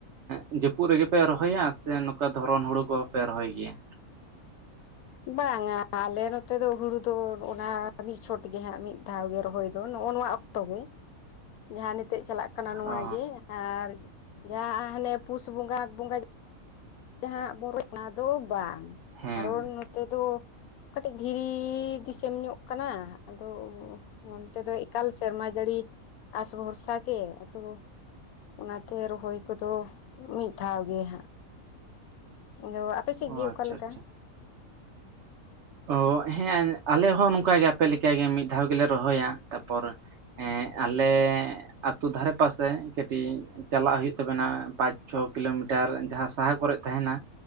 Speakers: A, on the right; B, on the left.
A: ᱮᱸᱜ ᱡᱟᱹᱯᱩᱫ ᱨᱮᱜᱮ ᱯᱮ ᱨᱚᱦᱚᱭᱟ? ᱥᱮ ᱱᱚᱠᱟ ᱫᱷᱚᱨᱚᱱ ᱦᱩᱲᱩ ᱠᱚᱦᱚᱸ ᱯᱮ ᱨᱚᱦᱚᱭ ᱜᱮᱭᱟ?
B: ᱵᱟᱝᱟ ᱟᱞᱮ ᱱᱚᱛᱮ ᱫᱚ ᱦᱩᱲᱩ ᱫᱚ ᱚᱱᱟ ᱢᱤᱫ ᱪᱷᱚᱴ ᱜᱮ ᱦᱟᱸᱜ ᱢᱤᱫ ᱫᱷᱟᱣ ᱜᱮ ᱨᱚᱦᱚᱭ ᱫᱚ ᱱᱚᱜᱼᱚ ᱱᱚᱣᱟ ᱚᱠᱛᱚ ᱜᱮ ᱡᱟᱦᱟᱸ ᱱᱤᱛᱜ ᱪᱟᱞᱟᱜ ᱠᱟᱱᱟ ᱱᱚᱣᱟ
A: ᱚ
B: ᱜᱮ ᱟᱨ ᱡᱟᱦᱟᱸ ᱦᱟᱸᱜ ᱦᱟᱱᱮ ᱯᱩᱥ ᱵᱚᱸᱜᱟ ᱟᱜᱷ ᱵᱚᱸᱜᱟ ᱡᱟᱦᱟᱸ ᱵᱚᱨᱚᱡ ᱚᱱᱟ ᱫᱚ ᱵᱟᱝ
A: ᱦᱮᱸ
B: ᱠᱟᱨᱚᱱ ᱱᱚᱛᱮ ᱫᱚ ᱠᱟᱹᱴᱤᱡ ᱫᱷᱤᱨᱤ ᱫᱤᱥᱚᱢ ᱧᱚᱜ ᱠᱟᱱᱟ ᱟᱫᱚ ᱚᱱᱛᱮ ᱫᱚ ᱤᱠᱟᱞ ᱥᱮᱨᱢᱟ ᱡᱟᱹᱲᱤ ᱟᱥ ᱵᱷᱚᱨᱥᱟ ᱜᱮ ᱟᱫᱚ ᱚᱱᱟᱛᱮ ᱨᱚᱦᱚᱭ ᱠᱚᱫᱚ ᱢᱤᱫ ᱫᱷᱟᱣ ᱜᱮ ᱦᱟᱸᱜ᱾ ᱟᱫᱚ ᱟᱯᱮ ᱥᱮᱫ
A: ᱚ
B: ᱜᱮ ᱚᱠᱟᱞᱮᱠᱟ?
A: ᱟᱪᱪᱷᱟ ᱟᱪᱪᱷᱟ ᱚ ᱦᱮᱸ ᱟᱞᱮ ᱦᱚᱸ ᱱᱚᱠᱟᱜᱮ ᱟᱯᱮ ᱞᱮᱠᱟᱜᱮ ᱢᱤᱫ ᱫᱷᱟᱣ ᱜᱮᱞᱮ ᱨᱚᱦᱚᱭᱟ ᱛᱟᱯᱚᱨ ᱮᱸ ᱟᱞᱮ ᱟᱹᱛᱩ ᱫᱷᱟᱨᱮ ᱯᱟᱥᱮ ᱠᱟᱹᱴᱤᱡ ᱪᱟᱞᱟᱜ ᱦᱩᱭᱩᱜ ᱛᱟᱵᱮᱱᱟ ᱯᱟᱸᱪ ᱪᱷᱚ ᱠᱤᱞᱳᱢᱤᱴᱟᱨ ᱡᱟᱦᱟᱸ ᱥᱟᱦᱟ ᱠᱚᱨᱮᱫ ᱛᱟᱦᱮᱸᱱᱟ